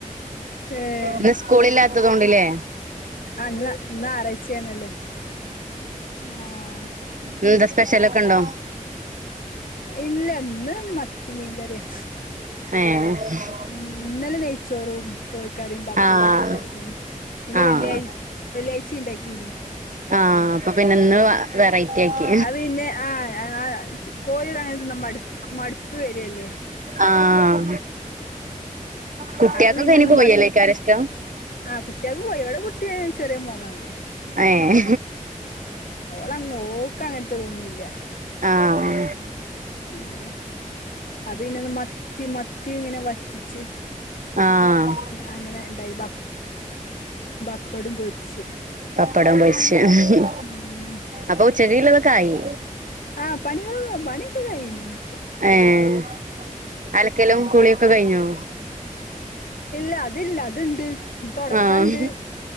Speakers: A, on the left (about 90°); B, on the right (about 65°).
A: ഏഹ്
B: ഇന്ന് സ്കൂളില്ലാത്തതോണ്ട്ലേ?
A: ആഹ്, ഇന്ന് ഇന്ന് ഞായറാഴ്ച്ചേണല്ലോ. ആഹ്.
B: ഇന്നെന്താ സ്പെഷ്യലൊക്കെണ്ടോ?
A: ഇല്ല, ഇന്ന് മത്തി മീൻകറിയാ.
B: ഏഹ്.
A: ഉം, ഇന്നലെ നെയ്ച്ചോറും കോഴിക്കറീം പപ്പടോം
B: ആഹ്
A: ഒക്കെ ണ്ടാക്കീനി. പിന്നെ
B: ആഹ്
A: വെള്ളിയാഴ് വെള്ളിയായ്ച്ചിം ണ്ടാക്കീനി.
B: ആഹ് അപ്പൊ പിന്നെ ഇന്ന്
A: ആഹ്,
B: വെറൈറ്റി ആക്കി
A: അഹ് പിന്നെ ആഹ് ആഹ് ച്ചു കോഴിടഅങ്ങനെതിന്ന മട്ക്ക് മട്പ്പ് വെരല്ലേ?
B: ആഹ്, കുട്ട്യെക്കൊക്കെ
A: അപ്പൊ പിന്നെന്നും
B: അയ്ന് കോഴിഅല്ലേക്കാരഷ്ടം?
A: മ ആഹ്, കുട്ട്യാക്ക്‌ കോയിയാ വടെ കുട്ടീ അയ്ന് ചെറ്യേ മോളല്ലേ
B: ഏഹ്
A: ചെറ്യേ മോള. ഓളങ്ങ് ഓക്കങ്ങൻത്തതൊന്നുംല്ല്യ.
B: ആഹ്.
A: അഹ്, ആഹ് അത്പിന്നെന്താ മ ത്തി മത്തി ഇങ്ങനെ വറ്റിച്ച്,
B: ആഹ്
A: അങ്ങ് അങ്ങനെ ഇണ്ടായി. ബപ് ബപ്പടും പൊരിച്ച്,
B: പപ്പടം പൊരിച്ചെ
A: ആഹ്, ഉം
B: അപ്പൊ ഉച്ചക്കേക്ക്ല്ലതൊക്കായി.
A: ആഹ്, പണികള് പണ്യോക്കെ കയ്ഞ്ഞ്ണ്.
B: ഏഹ്, അലക്കലും കുളിയൊക്കെ കഴിഞ്ഞോ?
A: ഇല്ല അത് ല്ല. അത്ണ്ട് ഇനി തൊടക്കാണ്ട്.
B: ആഹ്